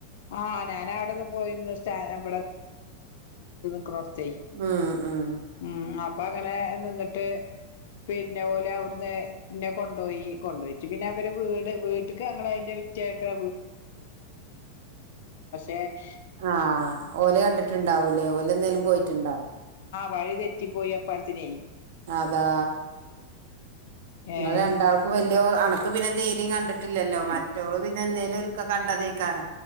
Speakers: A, on the left; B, on the right.
A: ആ ഞാന അവിടെന്ന് പോയിരുന്നു സാറ്റ <inaudible> <unintelligible> <unintelligible>
B: ഉം ഉം
A: അപ്പ അങ്ങനെ നിന്നിട്ട് പിന്നെ ഓളലാ അവിടുന്നെ നെ കൊണ്ടുപോയി കൊണ്ടുപോയിട്ട് പിന്നെ അവര് വീട് വീട്ടക്ക് ഞാങ്ങ അതിന്റെ വിറ്റക്ക <unintelligible>
B: ആ ഓല് കണ്ടിട്ടുണ്ടാവൂല്ലേ ഓല് എന്തേലും പോയിട്ടുണ്ടാവും
A: വഴിതെറ്റിപ്പോയിപ്പാലത്തിനെ
B: അതാ നിങ്ങ
A: ഏഹ്
B: രണ്ടാൾക്ക് വല അനക്ക് പിന്നെ തീരം കണ്ടിട്ടില്ലല്ലോ മറ്റോള് പിന്നെ എന്തേലും ഒക്ക കണ്ട നീക്കാനാ